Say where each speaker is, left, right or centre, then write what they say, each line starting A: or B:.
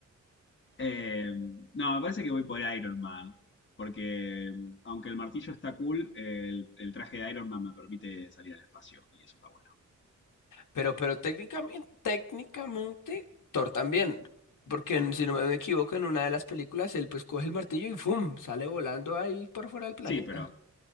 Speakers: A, on the left; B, on the left.
A: Eh, no, me parece que voy por Iron Man. Porque mm, aunque el martillo está cool, el, el traje de Iron Man me permite salir al espacio. Y eso está bueno.
B: Pero, pero técnicamente, técnicamente, Thor también. Porque en- si no me equivoco, en una de las películas él pues coge el martillo y ¡fum! sale volando ahí por fuera del planeta.
A: Sí, pero